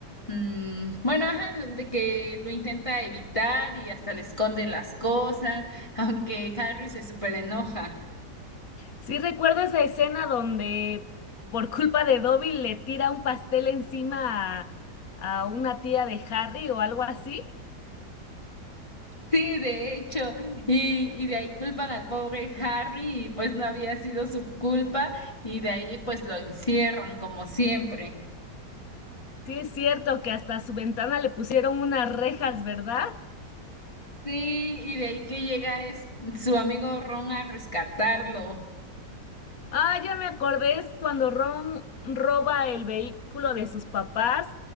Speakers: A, on the left; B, on the left.
A: Mm, bueno, ajá, de que lo intenta evitar y hasta le esconde las cosas, <laughs> aunque Harry se súper enoja.
B: Sí recuerdo esa escena donde por culpa de Dobby le tira un pastel encima a, a una tía de Harry o algo así.
A: Sí, de hecho, y, y de ahí culpan al pobre Harry y pues no había sido su culpa y de ahí pues lo encierran como siempre.
B: Sí es cierto que hasta su ventana le pusieron unas rejas, ¿verdad?
A: Sí, y de ahí que llega es su amigo Ron a rescatarlo.
B: Ah, ya me acordé, es cuando Ron roba el vehículo de sus papás